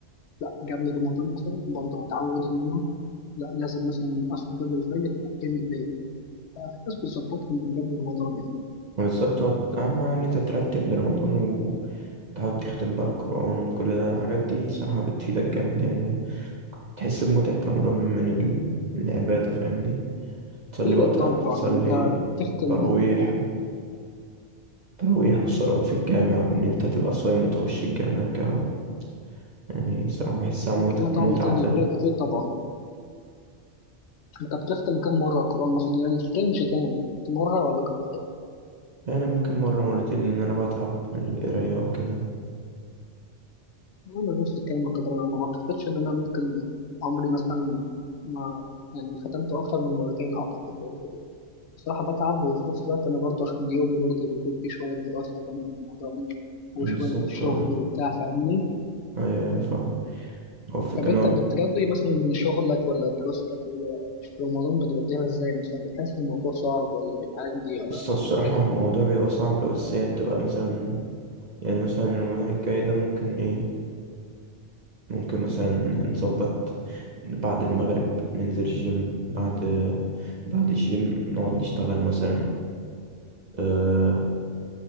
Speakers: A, on the left; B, on the right.
A: لا قبل رمضان مثلا برضه اتعود ان انا لا لازم مثلا اصحى قبل الفجر اقيم الليل ففي ناس بتظبطهم من قبل رمضان يعني
B: هو بالظبط هو اهم حاجه ان انت ترتب لرمضان وتحاول تختم بقى القران وكل ده الحاجات دي الصراحه بتفيدك جامد يعني تحس بمتعه رمضان من ال- العباده فاهمني تصلي
A: اكيد
B: بقى
A: طبعا
B: تصلي
A: انت بتختم
B: تراويح تراويح والصلوات في الجامع وان انت تبقى صايم وتخش الجامع كده يعني الصراحه بحسها مت-
A: هتلاقيها
B: متعه
A: طعم تاني
B: تانية
A: غير اكيد طبعا انت بتختم كم مره القران مثلا يعني في رينج تاني مره ولا اكتر
B: يعني ممكن مرة مرتين لأن أنا بتعب من القراية وكده
A: انا نفس الكلام يعتبر انا ما اعتقدش ان انا ممكن عمري مثلا ما يعني ختمته اكتر من مرتين اعتقد بصراحة بتعب وفي نفس الوقت أنا برضه في يومي برضه بيكون في شوية دراسة جنب الموضوع ده، وشوية
B: بالظبط
A: شغل
B: اه.
A: وبتاع فاهمني؟
B: ايوه ايوه فاهم هو الفكرة
A: طب أنت
B: ان هو
A: بتقضي مثلا شغلك ولا دراستك ولا في رمضان بتقضيها إزاي مثلا؟ بتحس الموضوع صعب ولا بيعدي ولا
B: بس الصراحة
A: إيه الكلام؟
B: الموضوع بيبقى صعب بس هي بتبقى مثلا يعني مثلا رمضان الجاي ده ممكن ايه ممكن مثلا نظبط بعد المغرب ننزل الجيم بعد بعد الجيم نقعد نشتغل مثلا أه